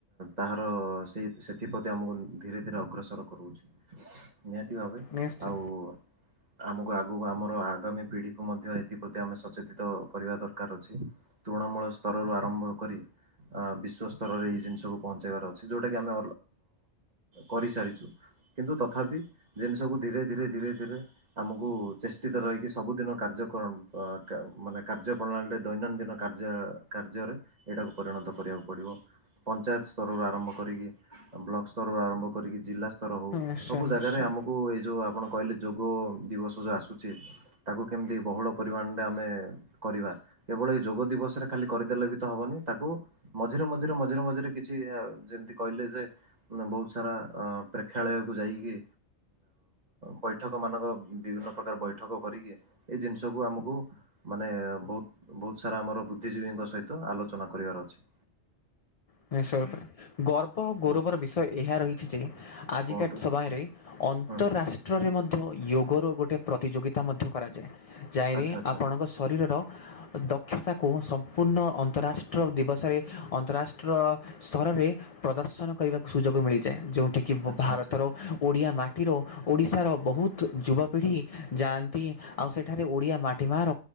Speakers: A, on the right; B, on the left.
A: ତାହାର ସେଇ ସେଥିପ୍ରତି ଆମକୁ ଧୀରେ ଧୀରେ ଅଗ୍ରସର କରଉଛି। ନିହାତି ଭାବେ
B: ନିଶ୍ଚୟ
A: ଆଉ ଆମକୁ ଆଗକୁ ଆମର ଆଗାମୀ ପିଢ଼ିକୁ ମଧ୍ୟ ଏଥିପ୍ରତି ଆମେ ସଚେତିତ କରିବା ଦରକାର ଅଛି। ତୃଣମୂଳ ସ୍ତରରୁ ଆରମ୍ଭ କରି। ଆଁ ବିଶ୍ୱସ୍ତରରେ ଏଇ ଜିନିଷକୁ ପହଞ୍ଚାଇବାର ଅଛି ଯୋଉଟାକି ଆମେ କରିସାରିଛୁ କିନ୍ତୁ ତଥାପି ଜିନିଷକୁ ଧୀରେ ଧୀରେ ଧୀରେ ଧୀରେ ଆମକୁ ଚେଷ୍ଟିତ ରହିକି ସବୁଦିନ କାର୍ଯ୍ୟ କଳ ମାନେ କାର୍ଯ୍ୟ ପ୍ରଣାଳୀରେ ଦୈନନ୍ଦିନ କାର୍ଯ୍ୟ କାର୍ଯ୍ୟରେ ଏଇଟାକୁ ପରିଣତ କରିବାକୁ ପଡ଼ିବ। ପଞ୍ଚାୟତ ସ୍ତରରୁ ଆରମ୍ଭ କରିକି ବ୍ଲକ ସ୍ତରରୁ ଆରମ୍ଭ କରିକି ଜିଲ୍ଲା ସ୍ତରର ହଉ
B: ନିଶ୍ଚୟ
A: ସବୁ
B: ନିଶ୍ଚୟ
A: ଜାଗାରେ ଆମକୁ ଏଇ ଯୋଉ ଆପଣ କହିଲେ ଯୋଗ ଦିବସ ଯୋଉ ଆସୁଛି ତାକୁ କେମିତି ବହୁଳ ପରିମାଣରେ ଆମେ କରିବା କେବଳ ଏଇ ଯୋଗ ଦିବସରେ ଖାଲି କରିଦେଲେ ବି ତ ହବନି ତାକୁ ମଝିରେ ମଝିରେ ମଝିରେ ମଝିରେ କିଛି ଯେମିତି କହିଲେ ଯେ ବହୁତ ସାରା ପ୍ରେକ୍ଷାଳୟକୁ ଯାଇକି ବୈଠକ ମାନଙ୍କ ବିଭିନ୍ନ ପ୍ରକାର ବୈଠକ କରିକି ଏଇ ଜିନିଷ କୁ ଆମକୁ ମାନେ ବହୁତ ବହୁତ ସାରା ଆମର ବୁଦ୍ଧିଜୀବୀଙ୍କ ସହିତ ଆଲୋଚନା କରିବାର ଅଛି।
B: <inaudible> ଗର୍ବ ଆଉ ଗୌରବର
A: ହଁ
B: ବିଷୟ ଏହା ରହିଛି ଯେ ଆଜିକା
A: କୁହନ୍ତୁ
B: ସଭାୟରେ ଅନ୍ତର
A: ହୁଁ ହୁଁ
B: ରା କ୍ଷେତ୍ରରେ ମଧ୍ୟ ୟଗର ଗୋଟେ ପ୍ରତିଯୋଗିତା ମଧ୍ୟ କରାଯାଏ। ଯାଇରେ
A: ଆଚ୍ଛା ଆଚ୍ଛା।
B: ଆପଣଙ୍କ ଶରୀରର ଦକ୍ଷତାକୁ ସମ୍ପୂର୍ଣ୍ଣ ଅନ୍ତରାଷ୍ଟ୍ର ଦିବସରେ ଅନ୍ତରାଷ ରାଷ୍ଟ୍ର ସ୍ତରରେ ପ୍ରଦର୍ଶନ କରିବାକୁ ସୁଯୋଗ ମିଳିଯାଏ ଯୋଉଠି କି
A: ଆଚ୍ଛା
B: ଭାରତର
A: ଆଚ୍ଛା
B: ଓଡ଼ିଆ ମାଟି ମାଟିର ଓଡ଼ିଶାର ବହୁତ ଯୁବପିଢ଼ି ଯାଆନ୍ତି ଆଉ ସେଠାରେ ଓଡ଼ିଆ ମା ପ୍ରଟିମାର